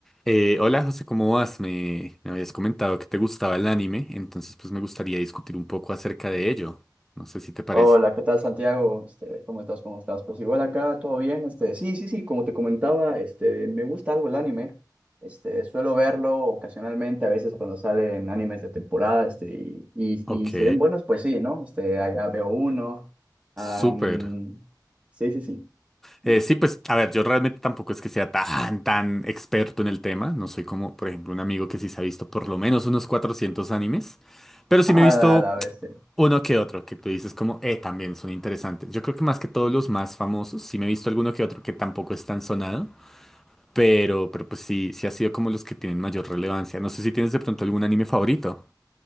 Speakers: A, in the centre; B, on the right.
A: Eh, hola José, ¿cómo vas? Me, me habías comentado que te gustaba el anime, entonces pues me gustaría discutir un poco acerca de ello. No sé si te parece.
B: Hola, ¿qué tal Santiago? Este, ¿cómo estás? ¿Cómo estás? Pues igual acá, todo bien. Este, sí, sí, sí, como te comentaba, este, me gusta algo el anime. Este, suelo verlo ocasionalmente, a veces cuando salen animes de temporada, este, y, y,
A: Ok,
B: y se ven buenos, pues sí, ¿no? Este, allá veo uno. Am,
A: súper.
B: sí, sí, sí. <laughs>
A: Eh, sí, pues a ver, yo realmente tampoco es que sea tan, tan experto en el tema. No soy como, por ejemplo, un amigo que sí se ha visto por lo menos unos 400 animes, pero sí
B: A
A: me he visto
B: la vez.
A: uno que otro, que tú dices como, eh, también son interesantes. Yo creo que más que todos los más famosos, sí me he visto alguno que otro que tampoco es tan sonado. Pero, pero pues sí, sí ha sido como los que tienen mayor relevancia. No sé si tienes de pronto algún anime favorito.